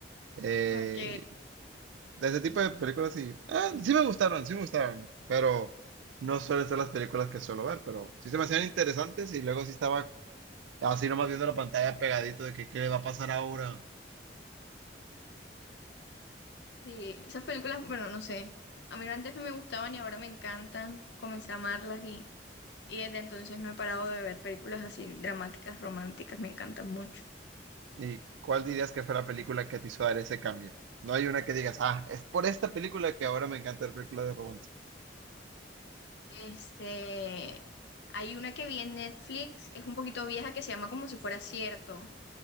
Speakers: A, on the right; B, on the left.
A: eh,
B: Ok,
A: de ese tipo de películas sí. Ah, sí me gustaron, sí me gustaron. Pero no suelen ser las películas que suelo ver, pero sí se me hacían interesantes y luego sí estaba así nomás viendo la pantalla pegadito de que qué le va a pasar ahora.
B: sí, esas películas, bueno, no sé, a mí antes no me gustaban y ahora me encantan, comencé a amarlas Y desde entonces no he parado de ver películas así dramáticas, románticas, me encantan mucho.
A: ¿Y cuál dirías que fue la película que te hizo dar ese cambio? No hay una que digas, ah, es por esta película que ahora me encanta ver películas de romance.
B: Este, hay una que vi en Netflix, es un poquito vieja, que se llama Como si fuera cierto.